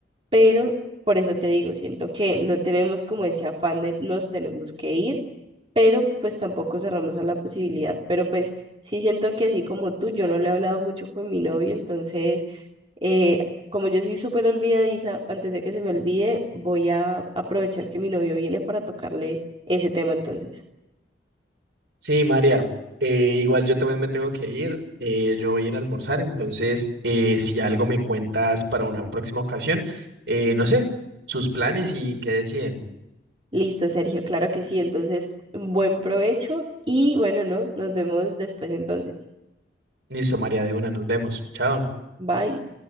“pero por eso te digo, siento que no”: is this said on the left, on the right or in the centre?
Right